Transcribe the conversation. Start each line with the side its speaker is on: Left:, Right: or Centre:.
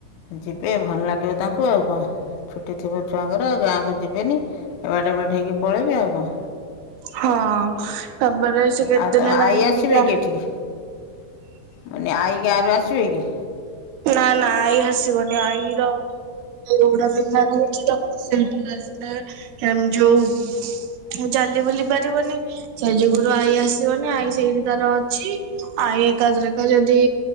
Left: ଯିବେ ଭଲ ନାଗିବ ତାଙ୍କୁ ଆଉ କଣ। ଛୁଟି ଥିବ ଛୁଆଙ୍କର ଆଉ ଗାଁକୁ ଯିବେନି, ଏବାଟେ ଏବାଟ ହେଇକି ପଳେଇବେ ଆଉ କଣ।
Right: ହଁ ତମର ସେ କେତେ
Left: ଆଉ
Right: ଦିନ
Left: ତମ
Right: ହେଲାଣି
Left: ଆଈ
Right: ଏ
Left: ଆସିବେ
Right: ଟିକି
Left: କି ଏଠିକି ମାନେ ଆଇ ଗାଁରୁ ଆସିବେ କି?
Right: ନା ନା ଆଈ ଆସିବନି ଆଈର ଗୋ - ବିଧା ରହୁଛି ତ <unintelligible> ସେଇଠି ଆସିଲାମ ଯୋଉ ଚାଲି ବୁଲି ପାରିବନି ସେ ଯୁଗରୁ ଆଈ ଆସିବନି ଆଈ ସେଇଠି ତାର ଅଛି ଆଈ ଏକା ଥରକେ ଯଦି